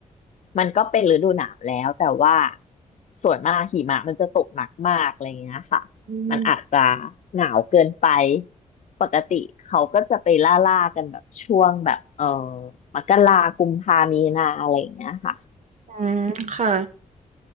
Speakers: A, on the left (about 55°); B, on the right (about 55°).
A: มันก็เป็นฤดูหนาวแล้วแต่ว่าส่วนมากหิมะมันจะตกหนักมากอะไรเงี้ยค่ะ
B: อืม
A: มันอาจจะหนาวเกินไปปกติเขาก็จะไปล่าล่ากันแบบช่วงแบบเออมกรากุมภามีนาอะไรอย่างเงี้ยค่ะ
B: อืมค่ะ